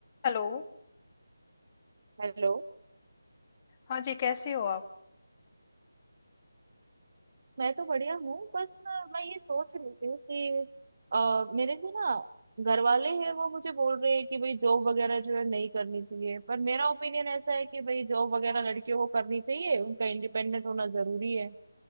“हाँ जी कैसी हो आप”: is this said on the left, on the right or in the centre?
Left